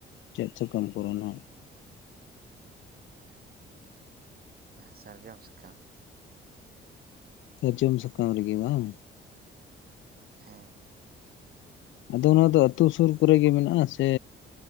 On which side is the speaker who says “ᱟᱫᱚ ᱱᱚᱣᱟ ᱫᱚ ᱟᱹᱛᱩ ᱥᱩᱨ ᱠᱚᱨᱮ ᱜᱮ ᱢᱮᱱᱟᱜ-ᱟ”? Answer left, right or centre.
Left